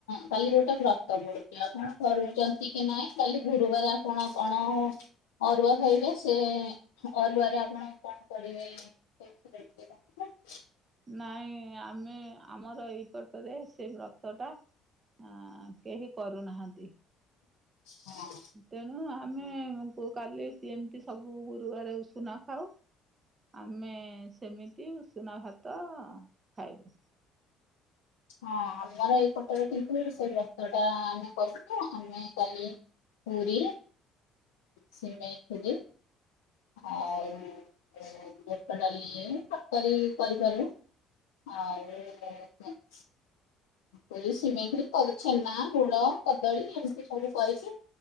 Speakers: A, on the left; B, on the right.
A: କାଲି ଗୋଟେ ବ୍ରତ ପଡୁଚି ଆପଣ କରୁଚନ୍ତି କି ନାଇଁ କାଲି ଗୁରୁବାର ଆ କଣ କଣ ହଉ ଅରୁଆ ଖାଇବେ ସେ ଅରୁଆରେ ଆପଣ କଣ କରିବେ ଏ ସବୁ <unintelligible>
B: ନାଇଁ ଆମେ ଆମର ଏଇପଟରେ ସେଇ ବ୍ରତ ଟା ଆଁ -କେହି କରୁନାହାନ୍ତି।
A: ହଁ।
B: ତେଣୁ ଆମେ କୁ କାଲି ସିଏ ଏମିତି ସବୁ ବୁ ଗୁରୁବାରେ ଉଷୁନା ଖାଉ ଆମେ ସେମିତି ଉଷୁନା ଭାତ୍ ତ ଖାଇବୁ
A: ହଁ ଆମର ଏଇପଟରେ କିନ୍ତୁ ସେ ବ୍ରତ ଟା ଆମେ କରୁଚୁ ଆମେ କଲେ ପୁରୀ, ସିମେଇ ଖିରୀ ଆଉ ଯଉ ଏବେ ଡାଲି, ତରକାରୀ କରିପାରୁ ଆଉ କଣ ହ <unintelligible> ପୁରି, ସିମେଇ କରି ଛେନା, ଗୁଡ, କଦଳୀ ଏମିତି ସବୁ କରିଚି।